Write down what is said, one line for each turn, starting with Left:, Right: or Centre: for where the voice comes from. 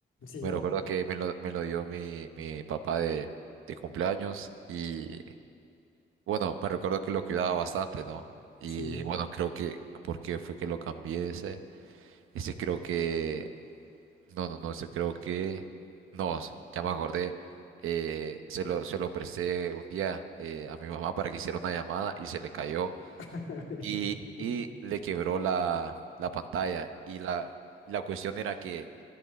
Left: sí,
Right: Me recuerdo que me lo, me lo dio mi, mi papá de, de cumpleaños y... Bueno, me recuerdo que lo cuidaba bastante, ¿no? Y
Left: sí.
Right: bueno, creo que, ¿por qué fue que lo cambié ese? Ese creo que, no, no, no, ese creo que, no, s- ya me acordé, eh, se lo, se lo presté un día eh, a mi mamá para que hiciera una llamada y se le cayó
Left: <laughs>
Right: y, y le quebró la, la pantalla y la, y la cuestión era que